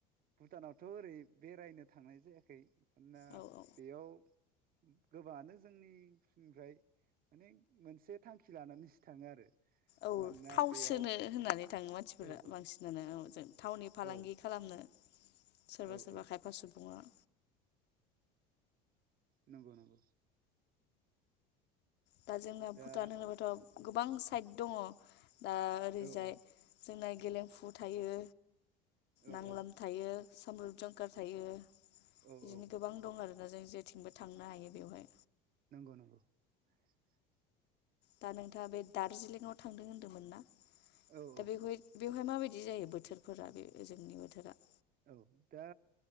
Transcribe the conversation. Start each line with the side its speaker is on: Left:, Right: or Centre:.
Right: भुटानावथ' ओरै बेरायनो थांनाय जायाखै ना
Left: औ औ
Right: बेयाव गोबाङानो जोंनिनिफ्राय माने मोनसे थांखि लानानैसो थाङो आरो।
Left: औ
Right: मानोना
Left: थाव
Right: बेयाव
Left: सोनो होननानै थाङो मानसिफोरा
Right: औ औ
Left: बांसिनानो औ जों थावनि फालांगि
Right: औ
Left: खालामनो। सोरबा
Right: औ
Left: सोरबा
Right: औ
Left: खायफा सुबुङा
Right: नंगौ नंगौ।
Left: दा जोंना
Right: दा
Left: भुटान होनोबाथ' गोबांस साइड दङ'। दा ओरैजाय
Right: औ औ
Left: जोंनाय गेलेंफु थायो।
Right: औ
Left: नांलाम
Right: औ
Left: थायो। समरुप जंका थायो।
Right: औ
Left: बिदिनो
Right: औ
Left: गोबां दं आरोना जों जेथिंबो थांनो हायो बेवहाय।
Right: नंगौ <inaudible>
Left: दा नोंथाङा बे दार्जिलिंआव थांदों होन्दोंमोन ना?
Right: औ
Left: दा
Right: औ
Left: बेेखौहाय बेवहाय माबायदि जायो बोथोर फोरा बे ओजोंनि बोथोरा
Right: औ दा